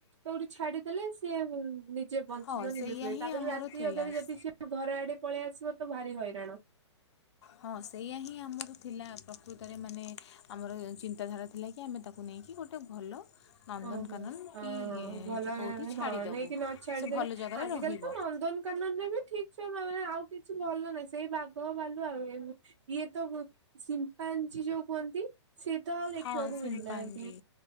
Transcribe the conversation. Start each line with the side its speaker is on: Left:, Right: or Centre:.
Right: କୋଉଠି ଛାଡିଦେଲେ ସିଏ ଯିଏ ବଞ୍ଚିଯିବ
Left: ହଁ
Right: ନିଜ
Left: ସେଇଆ
Right: ଶୁଣେଇ
Left: ହିଁ
Right: ତାପରେ
Left: ଆମର
Right: ରାତି
Left: ଥିଲା
Right: ଅଧରେ ଯଦି ସି ଘର ଆଡେ ପଳେଇ ଆସିବ ତ ଭାରି ହଇରାଣ।
Left: ହଁ ସେଇଆ ହିଁ ଆମର ଥିଲା ପ୍ରକୃତରେ ମାନେ ଆମର ଚିନ୍ତାଧାରା ଥିଲା କି ଆମେ ତାକୁ ନେଇକି ଗୋଟେ ଭଲ ନନ୍ଦନକାନନ
Right: ଓହୋ ହଁ
Left: କି
Right: ଭଲ
Left: କେଉଁଠି ଛାଡ଼ିଦେବୁ
Right: ହଁ ନେଇକି ନ ଛାଡିଦେଲେ
Left: ସେ ଭଲ ଜାଗାରେ
Right: ଆଜିକାଲି
Left: ରହିବ
Right: ତ ନନ୍ଦନ କାନରେ ବି ଠିକ୍‌ ସେ ଭାବରେ ହିଁ ଆଉ କିଛି ଭଲ ନାହିଁ। ସେଇ ବାଘ ବାଲୁ ଆଉ ଏମ୍ ଇଏ ତ ସିମ୍ପାଞ୍ଚି ଯୋଉ କୁହନ୍ତି ସେ ତ ଆଉ ଦେଖିବାକୁ
Left: ହଁ ସିମ୍ପାଞ୍ଜି
Right: ମିଳୁନାହାନ୍ତି।